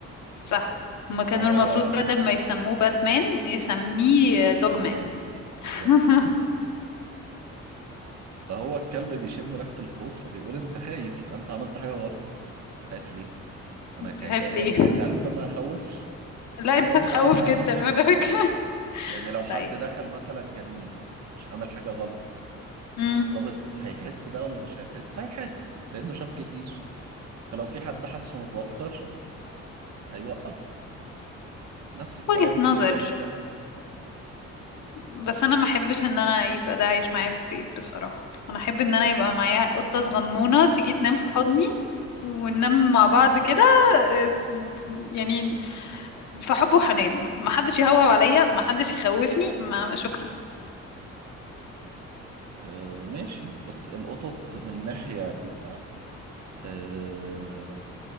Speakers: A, on the left; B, on the right.
A: صح هما
B: فهو
A: كانوا المفروض بدل ما يسموه باتمان يسميه دوجمان
B: دوجمان بالظبط
A: <laughs>
B: فهو الكلب بيشم ريحة الخوف فبيقول انت خايف يبقى انت عملت حاجة غلط انت خايف ليه؟ انا ككائن
A: تخاف ليه
B: ككلب ما اخوفش
A: لا
B: غير
A: انت
B: لو
A: تخوف
B: انت عامل حاجة
A: جدا
B: غلط
A: على فكرة
B: يعني لو حد
A: لا ايه
B: دخل مثلا كمين مش عامل حاجة غلط
A: امم
B: الضابط هيحس ده ولا مش هيحس؟ هيحس لأنه شاف كتير فلو في حد حاسه متوتر هيوقف نفس الكلام
A: وجهة نظر
B: بالنسبة للكلب
A: بس انا ما احبش ان انا يبقى ده عايش معايا في البيت بصراحة انا احب ان انا يبقى معايا قطة صغنونة تيجي تنام في حضني وننام مع بعض كده آه، يعني في حب وحنان ما حدش يهوهو عليا ما حدش يخوفني ما شكرا
B: آه ماشي بس القطط من ناحية بيبقى آه